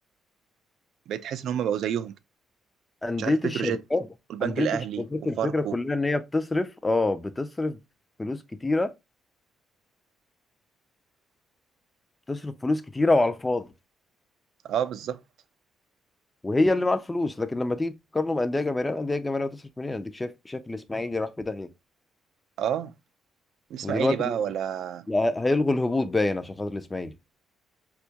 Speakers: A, on the right (about 75°); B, on the left (about 20°).
A: بقيت تحس ان هم بقوا زيهم
B: أندية
A: مش عارف
B: الشركات
A: بتروجيت والبنك
B: أندية
A: الاهلي
B: الشركات
A: وفاركو
B: الفكرة كلها إن هي بتصرف اه بتصرف فلوس كتيرة بتصرف فلوس كتيرة وعلى الفاضي
A: اه بالظبط
B: وهي اللي معاها الفلوس لكن لما تيجي تقارنه بأندية جماهيرية الأندية الجماهيرية بتصرف منين أديك شايف شايف الإسماعيلي راح في داهية
A: اه الاسماعيلي
B: ودلوقتي
A: بقى
B: بيقول
A: ولا
B: لك لا، هيلغوا الهبوط باين عشان خاطر الإسماعيلي